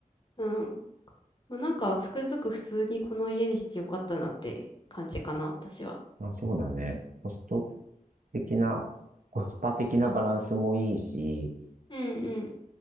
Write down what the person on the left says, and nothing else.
う。うん。まあ、なんか、つくづく普通にこの家にしてよかったなって感じかな、私は。
うんうん。